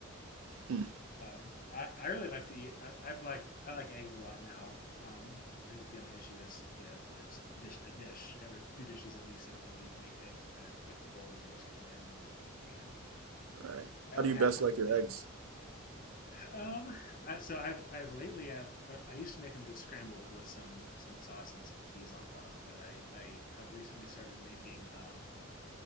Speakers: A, on the right (about 80°); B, on the left (about 45°).
A: Hmm.
B: Um, I, I really like to eat. I, I've liked I like eggs a lot now. Um, the only issue is you know it's dish a dish every two dishes at least every time you make eggs. You gotta you got the bowl you're whisking them in and then the pan.
A: All right.
B: I
A: How
B: only
A: do you
B: have
A: best
B: so
A: like
B: many
A: your
B: pans.
A: eggs?
B: Um, I, so I've I've lately I've uh, I used to make them just scrambled with some some sauce and some cheese on top, but I I have recently started making um,